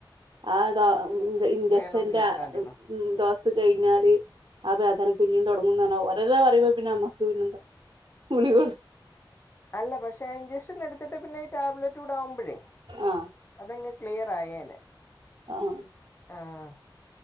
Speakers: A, on the right; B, on the left.
A: ആഹ് അതാ ഇഞ്ച ഇഞ്ചക്ഷന്റ
B: വേണമെങ്കിൽ എടുത്താൽ മതിന്നോ
A: ഡോസ് കഴിഞ്ഞാല് അതെ അതാണ് പിന്നീും തുടങ്ങുന്നന്ന ഒരെല്ലാം പറയുമ്പോ പിന്നെ നമ്മക്ക് പിന്നെന്താ <inaudible>
B: അല്ല പക്ഷെ ഇഞ്ചക്ഷൻ എടുത്തിട്ട് പിന്നെ ഈ ടാബ്ലറ്റ് കൂടാവുമ്പോഴേ
A: ആഹ്
B: അതങ്ങ് ക്ലിയർ ആയേനെ
A: ആഹാ
B: ആഹ്